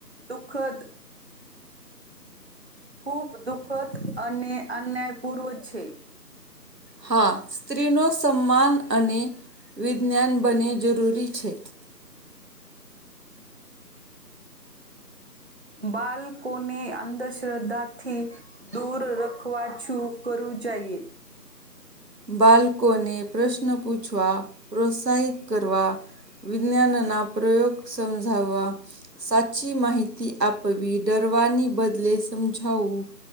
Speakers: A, on the right (about 40°); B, on the right (about 75°).
A: દુઃખદ ખૂબ દુઃખદ અને અન્યાયપૂર્વ છે
B: હા સ્ત્રીનો સન્માન અને વિજ્ઞાન બને જરૂરી છે
A: બાળકોને અંધશ્રદ્ધાથી દૂર રખવા છું કરું જઈએ
B: બાળકોને પ્રશ્ન પૂછવા પ્રોત્સાહિત કરવા વિજ્ઞાાનના પ્રયોગ સમજાવવા સાચી માહિતી આપવી ડરવાની બદલે સમજાવું